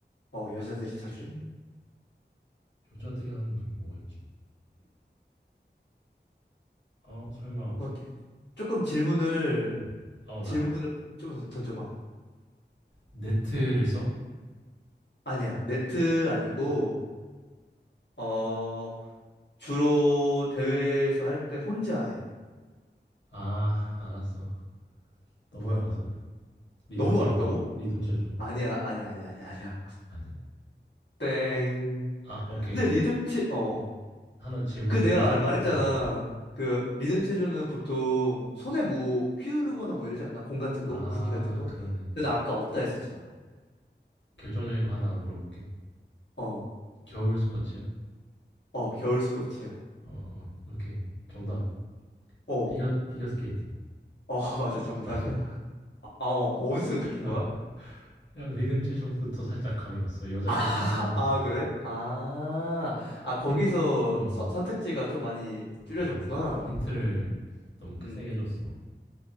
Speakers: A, on the left (about 70°); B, on the left (about 80°).
A: 어, 여자들이 자주
B: 뭐지?
A: 해.
B: 여자들이 하는 운동이 뭐가 있지? 아 설마
A: 뭐 이렇게 조금 질문을
B: 어, 아우
A: 질문을
B: 나
A: 좀 던- 던져봐.
B: 네트를 써?
A: 아니야. 네트 아니고 어 주로 대회에서 할 때 혼자 해.
B: 아, 알았어. 너무
A: 뭐야?
B: 알았어. 리듬
A: 너무
B: 체조
A: 알았다고?
B: 리듬 체조
A: 아니야, 아니야, 아니야, 아니야, 아니야.
B: 아니야?
A: 땡.
B: 아, 오케이.
A: 근데 리듬 체, 어.
B: 하나 질문
A: 그 내가
B: 결정적.
A: 알- 말했잖아.
B: 어.
A: 그 리듬 체조는 보통 손에 뭐 휘두르거나 뭐 이러지 않나? 공 같은
B: 아,
A: 거? 구기 같은 거?
B: 그러네.
A: 근데 나 아까 없다 했었잖아.
B: 결정적인 거 하나 물어볼게.
A: 어,
B: 겨울 스포츠야?
A: 어, 겨울 스포츠야.
B: 어, 어, 오케이. 정답.
A: 어,
B: 피겨 피겨 스케이팅.
A: 어, <laughs> 맞아,
B: <laughs>
A: 정답이야.
B: 맞아.
A: 아, 어, 어디서 느낀
B: 아,
A: 거야?
B: 약간 리듬 체조부터 살짝 감이 왔어. 여자들이
A: <laughs>
B: 한다는
A: 아,
B: 거랑
A: 그래? 아, 아, 거기서
B: 힌트. 어,
A: 서- 선택지가 좀 많이 줄여졌구나.
B: 어. 힌트를 너무
A: 음.
B: 세게 줬어.